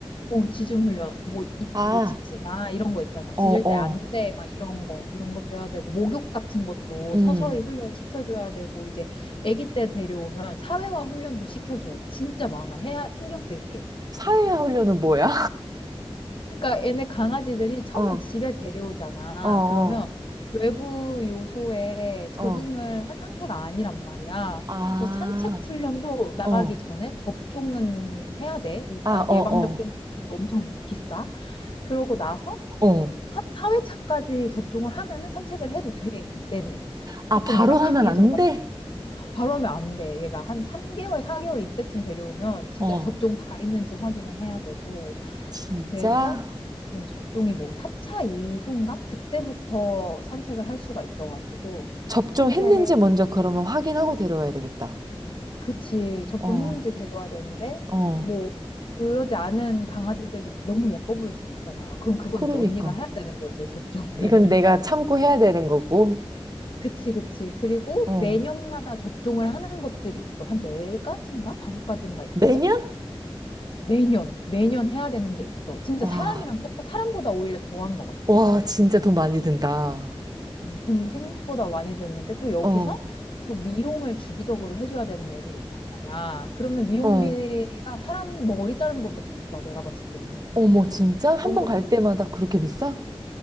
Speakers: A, on the left; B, on the right.
A: 어 지중 훈련 뭐뭐
B: 아,
A: 짖지 마 이런 거 있잖아
B: 어,
A: 짖을
B: 어.
A: 때 안 돼 막 이런 거 이런 것도 해야 되고 목욕 같은 것도
B: 음.
A: 서서히 훈련 시켜줘야 되고 이제 아기 때 데려오면 사회화 훈련도 시켜줘야 돼 진짜 많아 해야 신경 쓸게
B: 사회화 훈련은 뭐야?
A: 그러니까 얘네 강아지들이
B: <laughs>
A: 처음엔
B: 어,
A: 집에 데려오잖아
B: 어, 어,
A: 그러면 외부 요소에 적응을
B: 어,
A: 한 상태가 아니란 말이야
B: 아,
A: 그래서 산책 훈련도 나가기
B: 어.
A: 전에 접종은 해야 돼 일단
B: 아, 어,
A: 예방
B: 어.
A: 접종비도 엄청 비싸 그러고 나서
B: 어.
A: 한 4회차까지 접종을 하면은 산책을 해도 돼, 그때는.
B: 아,
A: 조금
B: 바로
A: 얘가
B: 하면
A: 강해져가.
B: 안 돼?
A: 바로 하면 안 돼. 얘가 한 3개월, 4개월 이때쯤 데려오면 진짜
B: 어.
A: 접종 다 했는지 확인을 해야 되고.
B: 진짜?
A: 그래서 음, 접종이 뭐 4차 이후인가? 그때부터 산책을 할 수가 있어가지고.
B: 접종했는지
A: 산책,
B: 먼저 그러면 확인하고 데려와야 되겠다.
A: 그치, 접종했는지
B: 어,
A: 데려와야 되는데,
B: 어.
A: 뭐, 그러지 않은 강아지들도 막 너무 예뻐 보일 수도 있잖아. 그럼 그건
B: 그러니까.
A: 이제 언니가 해야 되는 거지, 접종을.
B: 이건 내가 참고 해야 되는 거고.
A: 그치, 그치. 그리고
B: 어.
A: 매년마다 접종을 하는 것들이 있어. 한 네가지인가 다섯 가지인가 있거든?
B: 매년?
A: 매년, 매년 해야 되는 게 있어. 진짜
B: 와,
A: 사람이랑 똑같, 사람보다 오히려 더한 것 같아.
B: 와,
A: 내가
B: 진짜
A: 봤을
B: 돈 많이 든다.
A: 때. 음, 돈 생각보다 많이 드는데 또 여기서
B: 어.
A: 또 미용을 주기적으로 해줘야 되는 애들이 있단 말이야. 그러면 미용비가
B: 어.
A: 사람 머리 자르는 것보다 비싸. 내가 봤을 때는.
B: 어머, 진짜?
A: 그런
B: 한 번
A: 것도.
B: 갈 때마다 그렇게 비싸?